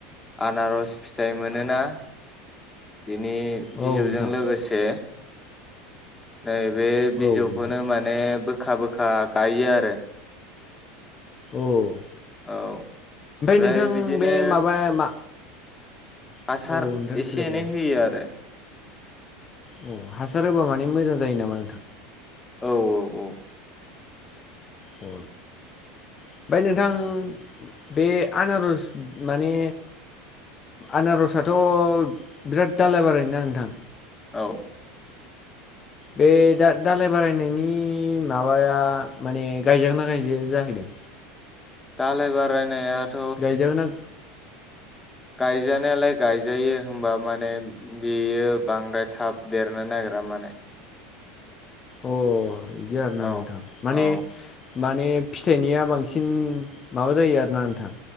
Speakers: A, on the left; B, on the left.
A: आनारस फिथाइ मोनोना बिनि
B: औ
A: बिजौजों
B: नोंथां
A: लोगोसे नै बे बिजौखौनो
B: औ नोंथां
A: माने बोखा बोखा गायो आरो
B: औ
A: औ ओमफ्राय
B: नोंथां
A: बिदिनो
B: बे माबा मा
A: आसार
B: औ नोंथां
A: एसे
B: देलाय
A: एनाय
B: बुंलाय
A: होयो आरो
B: अ हासार होबा माने मोजां जायो नामा
A: औ औ औ
B: अ ओमफ्राय नोंथां बे आनारज माने आनारसथ' बिराद दाालाय बारायोना नोंथां
A: औ
B: बे दा दालाय बारायनायनि माबाया माने गायजागनाा गायजाया जाहैदों
A: दालाय बारायनायाथ'
B: गायजागोना
A: गायजानायालाय गायजायो हबा माने बेयो बांद्राय थाब देरनानै नायग्रा माने
B: अ बिदि आरोोना
A: औ
B: नोंथां माने
A: औ
B: माने फिथाइनिया बांसिन माबा जायो आरोना नोंथां